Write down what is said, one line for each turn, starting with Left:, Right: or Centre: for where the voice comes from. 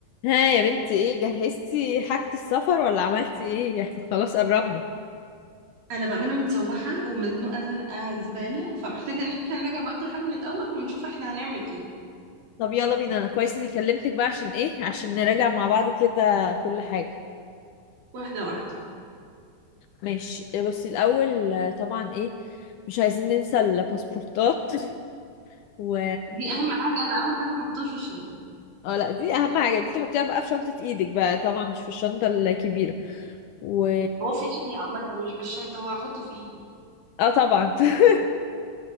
Left: ها يا بنتي ايه جهزتي حاجة السفر ولا عملتي ايه احنا خلاص قربنا
Right: انا بقى انا متسوحه ومزنوقه زنقه زباله فمحتاجه ان احنا نراجع بقى كل حاجه من الاول ونشوف احنا هنعمل ايه
Left: طب يلا بينا انا كويس اني كلمتك بقى عشان ايه عشان نراجع مع بعض كده كل حاجة
Right: واحده واحده
Left: ماشي إيه، بصي الاول آه، طبعا ايه مش عايزين ننسى الباسبورتات <laughs> و
Right: دي اهم حاجه انا اول حاجه ما حطيتهاش في الشنطه
Left: اه لا دي اهم حاجة دي تحطيها بقى في شنطة ايدك بقى طبعا مش في الشنطة الكبيرة و
Right: هو في ايدي عامه مش في الشنطه هو هحطه في ايدي
Left: اه طبعا <laughs>